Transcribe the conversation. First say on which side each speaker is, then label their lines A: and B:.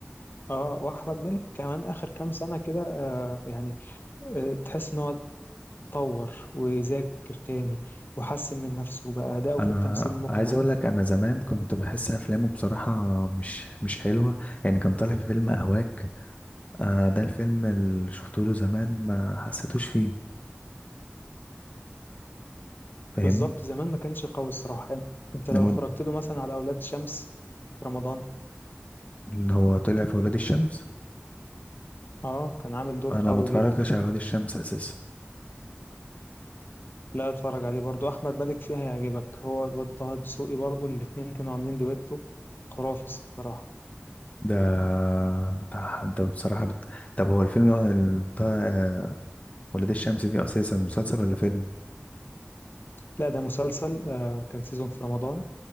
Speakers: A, on the left; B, on the left.
A: اه واحمد مالك كمان اخر كام سنه كده آه يعني آه تحس ان هو اتطور وذاكر تاني وحسن من نفسه بقى اداؤه
B: انا
A: في التمثيل مقنع
B: عايز اقول لك انا زمان كنت بحس افلامه بصراحه مش مش حلوه يعني كان طالع في فيلم اهواك آه ده الفيلم اللي شفته له زمان ما حسيتوش فيه فاهمني
A: بالظبط زمان ما كانش قوي الصراحه يعني انت لو
B: لما
A: اتفرجت له مثلا على اولاد شمس في رمضان
B: اللي هو طلع في ولاد الشمس
A: اه كان عامل دور
B: انا
A: قوي
B: ما اتفرجتش
A: جدا
B: على ولاد الشمس اساسا
A: لا اتفرج عليه برضو احمد مالك فيها هيعجبك هو الواد طه دسوقي برضو الاتنين كانوا عاملين دويتو خرافي الصراحه
B: ده انت انت بصراحة بت... طب هو الفيلم هو ال- بتاع آه، ولاد الشمس دي اساسا مسلسل ولا فيلم
A: لا ده مسلسل آه كان سيزون في رمضان